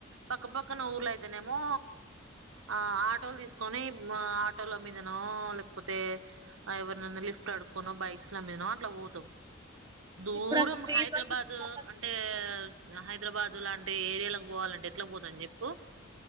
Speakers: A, on the right; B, on the right.
A: పక్కపక్కన ఊర్ అయితేనేమో ఆ ఆటోలు తీసుకొని ఆటోల మీదనో లేకపోతే ఎవరినైనా లిఫ్ట్ అడుక్కోనో బైక్స్ల మీదో అట్లా పోతాం దూరం
B: ఇప్పుడు అసలు ఫ్రీ
A: హైదరాబాదు
B: బస్ వచ్చినాక
A: అంటే హైదరాబాద్ ఇందు లాంటి ఏరియాలకి పోవాలంటే ఎట్లా పోతాం చెప్పు